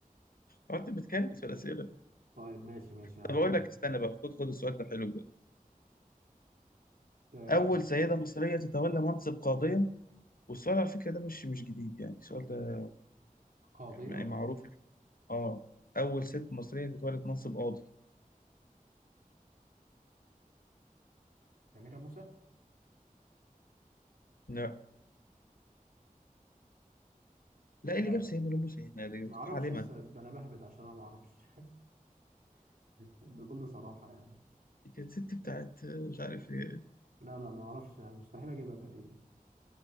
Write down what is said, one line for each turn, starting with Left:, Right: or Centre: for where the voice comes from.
Left: هو أنت بتكلم في الأسئلة
Right: طيب ماشي ماشي هقول
Left: طب أقول لك
Right: لك
Left: استنى بقى خد خد السؤال ده حلو
Right: ماشي
Left: أول سيدة مصرية تتولى منصب قاضية والسؤال على فكرة ده مش مش جديد يعني السؤال ده
Right: قاضية
Left: يعني معروف آه أول ست مصرية تتولى منصب قاضي
Right: سميرة موسى
Left: لا
Right: مش
Left: لا إيه
Right: عارف
Left: اللي جاب سيدنا لأم سيدنا دي
Right: ما
Left: كانت
Right: اعرفش
Left: عالمة
Right: يا اسطى ده انا بهبد عشان انا ما اعرفش <laughs> بكل صراحة يعني
Left: دي كانت ست بتاعت آه، مش عارف إيه
Right: لا لا ما اعرفش يعني مستحيل اجيبها تقريبا